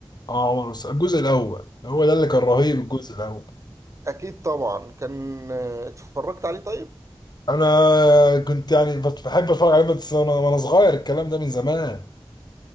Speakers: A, on the left; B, on the right.
A: اه عمر بس الجزء الاول هو ده اللي كان رهيب الجزء الاول
B: اكيد طبعا كان آه، اتفرجت عليه طيب
A: انا كنت يعني بت- بحب اتفرج عليه بس وانا وأنا صغير الكلام ده من زمان